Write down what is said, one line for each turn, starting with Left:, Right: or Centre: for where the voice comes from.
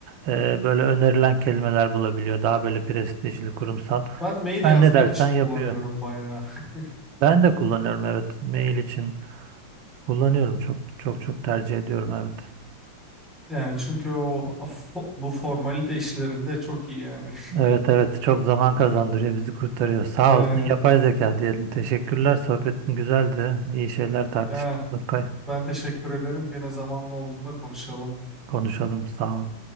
Right: e, böyle önerilen kelimeler bulabiliyor. Daha böyle prestijli, kurumsal.
Centre: Ben mail yazmak
Right: Sen ne dersen
Centre: için
Right: yapıyor.
Centre: kullanıyorum bayağı. <laughs>
Right: Ben de kullanıyorum evet. Mail için kullanıyorum. Çok çok çok tercih ediyorum evet.
Centre: Yani çünkü o fo- bu formalite işlerinde çok iyi yani.
Right: Evet evet çok zaman kazandırıyor bizi kurtarıyor. Sağ
Centre: <laughs> Evet.
Right: olsun yapay zeka diyelim. Teşekkürler sohbetin güzeldi. İyi şeyler tartıştık
Centre: Eh,
Right: Nurkay.
Centre: ben teşekkür ederim. Gene zamanlı olduğunda konuşalım.
Right: Konuşalım sağ ol.